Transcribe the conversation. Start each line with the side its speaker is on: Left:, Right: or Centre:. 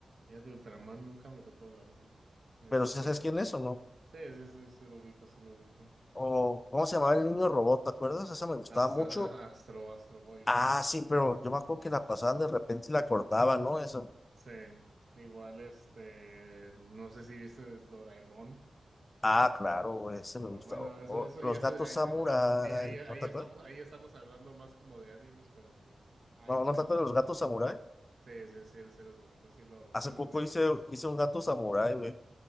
Right: Ya de Ultraman nunca me tocó verlo. Este.
Left: Pero si sabes quién es o no?
Right: Sí, sí, sí, sí lo ubico, sí lo ubico.
Left: O, ¿cómo se llamaba el niño robot? ¿Te acuerdas? Esa me gustaba
Right: Hasta
Left: mucho
Right: a- Astro, Astro Boy.
Left: Ah, sí, pero yo me acuerdo que la pasaban de repente y la cortaban, ¿no? Eso.
Right: Sí. Igual, este, no sé si viste Doraemon.
Left: Ah, claro, ese
Right: No,
Left: me gustaba.
Right: bueno, eso,
Left: O
Right: eso,
Left: los
Right: eso,
Left: gatos
Right: ahí,
Left: samurái,
Right: ahí, ahí- ahí
Left: ¿no te
Right: estamos,
Left: acuerdas?
Right: ahí estamos hablando más como de animes, pero sí. es- Ah,
Left: No,
Right: igual,
Left: ¿no te
Right: lo-
Left: acuerdas de los gatos samurái?
Right: sí, sí, sí, sí los ubico, sí, lo,
Left: Hace
Right: sí los
Left: poco
Right: veía.
Left: hice, hice un gato samurái, güey.